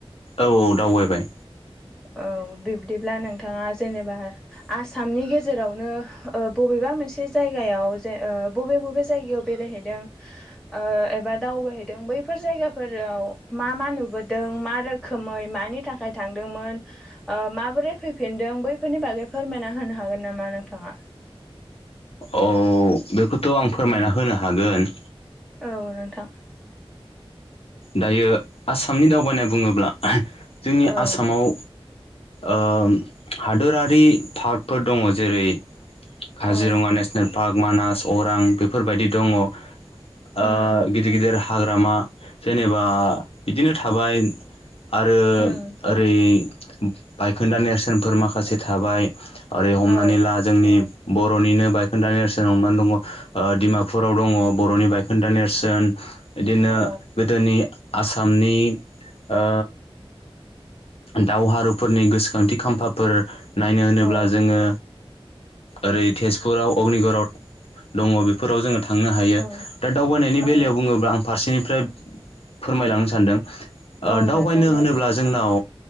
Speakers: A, on the left; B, in the centre.
A: औ औ दावबायबाय।
B: औ बिब्दिब्ला नोंथाङा जेनेबा आसामनि गेजेराव नो ओ बबेबा मोनसे जायगायाव ओ जे बबे बबे जायगायाव बेरायहैदों ओ एबा दावबायहैदों बैफोर जायगाफोराव मा मा नुबोदों मा रोखोमै मानि नि थाखाय थांदोंमोन। ओ माबोरै फैफिनदों बैफोरनि बागै फोरमायना होनो हागोन नामा नोंथाङा?
A: औ बेखौथ' आं फोरमायना होनो हागोन।
B: औ नोंथां।
A: दायो आसामनि दावबायानाय बुङोब्ला जोंनि
B: औ
A: आसामाव ओ हादोरारि पार्कफोर दङ जेरै काजिरङा
B: औ
A: नेसनेल पार्क मानास अरां बेफोरबायदि दङ ओ
B: उम उम
A: गिदिर गिदिर हाग्रामा जेनेबा बिदिनो थाबाय आरो
B: उम
A: ओरै बायखोन्दा नेरसोनफोर माखासे थाबाय ओरै हमनानै
B: औ
A: ला जोंनि बर'निनो बायखोन्दा नेरसोन हमनानै दङ ओ डिमापुराव दङ बर'नि बायखोन्दा नेरसोन। बिदिनो
B: औ
A: गोदोनि आसामनि ओ दावहारुफोरनि गोसोखांथि खाम्फाफोर नायनो होनोब्ला
B: औ
A: जोङो ओरै तेजपुराव अग्निगरआव दङ बेफोराव जोङो थांनो हायो
B: औ
A: दा दावबायनायनि
B: औ
A: बेलायाव बुङोब्ला आं फारसेनिफ्राय फोरमायलांनो सानदों ओ
B: औ
A: दावबायनो
B: नोंथां दे
A: होनोब्ला
B: बुं
A: जोंनाव